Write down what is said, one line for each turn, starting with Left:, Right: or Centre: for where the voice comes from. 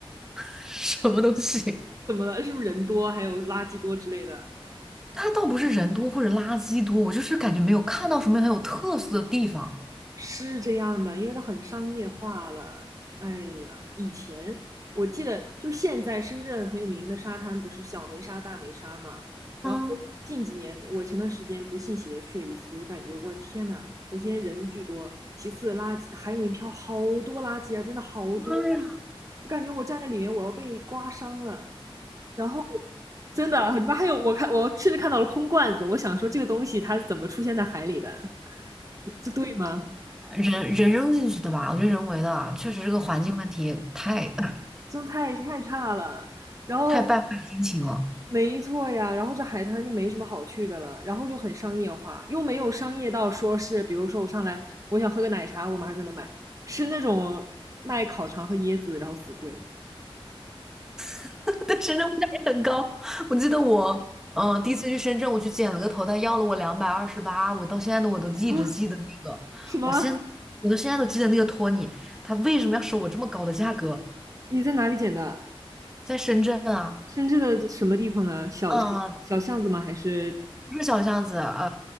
Centre: <laughs> 什么东西？
Right: 怎么了？是不是人多，还有垃圾多之类的？
Centre: 它倒不是人多或者垃圾多，我就是感觉没有看到什么很有特色的地方。
Right: 是这样的，因为它很商业化了。哎呀，以前我记得，就是现在深圳很有名的沙滩不是小梅沙、大梅沙嘛？然后近几年，
Centre: 嗯，
Right: 我前段时间不信邪去了一次，我感觉我天呐，首先人巨多，其次垃圾海里面漂好多垃圾啊，真的好多啊！
Centre: 妈呀！
Right: 我感觉我站在里面，我要被刮伤了。然后 <laughs> 真的，里面还有我看，我甚至看到了空罐子，我想说这个东西它怎么出现在海里的？<laughs> 这对吗？
Centre: 人人扔进去的吧？我觉得人为的啊，确实这个环境问题太 <laughs>
Right: 真太太差了。然后，
Centre: 太败坏心情了。
Right: 没错呀，然后这海滩就没什么好去的了，然后就很商业化，又没有商业到说是，比如说我上来我想喝个奶茶，我马上就能买，是那种卖烤肠和椰子，然后死贵
Centre: <laughs> 但深圳物价也很高。我记得我，嗯、第一次去深圳，我去剪了个头，他要了我两百二十八，我到现在都我都一直记得那个，
Right: 啊？什么？
Centre: 我现我都现在都记得那个托尼，他为什么要收我这么高的价格？
Right: 你在哪里捡的？
Centre: 在深圳啊，
Right: 深圳的什么地方呢？小巷小巷子吗？
Centre: 嗯。
Right: 还是
Centre: 不是小巷子，呃，